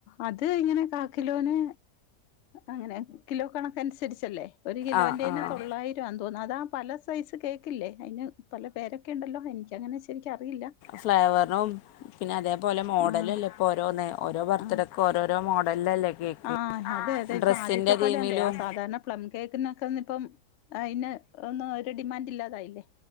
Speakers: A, on the left; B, on the left.
A: അത് ഇങ്ങനെ കാക്കിലോന് അങ്ങനെ. കിലോ കണക്കനുസരിച്ചല്ലേ. ഒരു കിലോൻ്റെേന്
B: ആഹ് ആഹ്
A: തൊള്ളായിരം ആന്ന് തോന്നുന്നു. അതാ, പല സൈസ് കേക്കില്ലേ? അതിന് പല പേരൊക്കെ ഉണ്ടല്ലോ? എനിക്കങ്ങനെ ശരിക്ക് അറിയില്ല.
B: ഫ്ലേവറിനും പിന്നെ, അതേപോലെ മോഡലല്ലേ
A: ആഹ്
B: ഇപ്പൊ ഓരോ നേ. ഓരോ ബർത്ത്ഡേക്ക്
A: ആഹ്
B: ഓരോരോ മോഡ് നല്ലല്ല കേക്ക്
A: ആഹ് അതെ! അതെ! ഇപ്പൊ
B: ഡ്രസ്സിൻ്റെ
A: ആദ്യത്തെ പോലെ
B: തീമിലും
A: അല്ലേ. ആ സാധാരണ പ്ലം കേക്കിനൊക്കെ ഒന്ന് ഇപ്പം അതിന് ഒന്നും ഒരു ഡിമാൻഡ് ഇല്ലാതായില്ലേ?